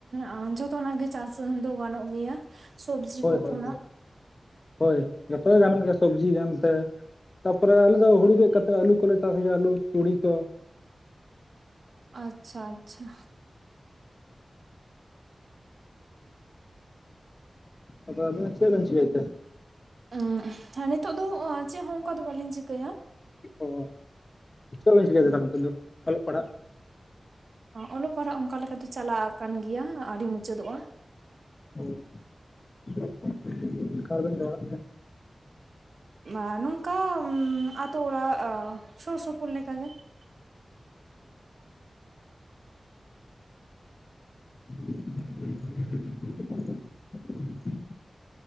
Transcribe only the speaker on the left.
ᱦᱳᱭ
ᱦᱳᱭ
ᱦᱳᱭ ᱦᱳᱭ ᱡᱷᱚᱛᱚ ᱜᱮ ᱜᱟᱱᱚᱜ ᱜᱮᱭᱟ ᱥᱚᱵᱡᱤ ᱡᱟᱱᱛᱮ᱾ ᱛᱟᱯᱚᱨᱮ ᱟᱞᱮ ᱫᱚ ᱦᱩᱲᱩ ᱜᱮᱫ ᱠᱟᱛᱮᱫ ᱟᱹᱞᱩ ᱠᱚᱞᱮ ᱪᱟᱥ ᱜᱮᱭᱟ ᱟᱹᱞᱩ, ᱛᱩᱲᱤ ᱠᱚ᱾
ᱟᱫᱚ ᱟᱵᱮᱱ ᱫᱚ ᱪᱮᱫ ᱵᱮᱱ ᱪᱤᱠᱟᱹᱭᱮᱫ ᱛᱮ?
ᱚ, ᱪᱮᱫ ᱵᱤᱱ ᱪᱤᱠᱟᱭ ᱮᱫᱟ ᱛᱟᱦᱚᱞᱮ ᱱᱤᱛᱚᱜ ᱫᱚ, ᱚᱞᱚᱜ ᱯᱟᱲᱦᱟᱜ?
ᱚ, <unintelligible> ᱨᱮᱵᱤᱱ <unintelligible>
<unintelligible>